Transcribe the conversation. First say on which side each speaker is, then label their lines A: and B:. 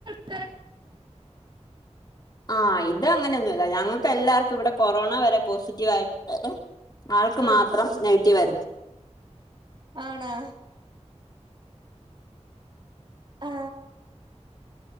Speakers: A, on the right; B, on the left.
A: <unintelligible>
B: ആ ഇത് അങ്ങനെന്നൊല്ല ഞങ്ങൾക്ക് എല്ലാർ ക് ഇവിടെ കൊറോണ വരെ പോസി റ്റീവായി <unintelligible> ആൾക്ക്
A: ആണ്
B: മാത്രം
A: കേട്ടോ.
B: നെഗറ്റീവായിരുന്നു.
A: ആണോ ആ